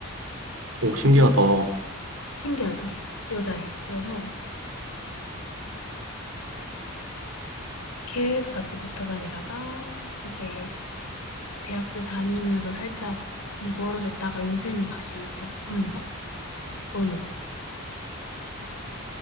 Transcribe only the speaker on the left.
신기하지? 여자애. 그래서 계속 같이 붙어 다니다가 이제 대학교 다니면서 살짝 뭐 멀어졌다가 요새는 다시 계속 보는 중? 너는?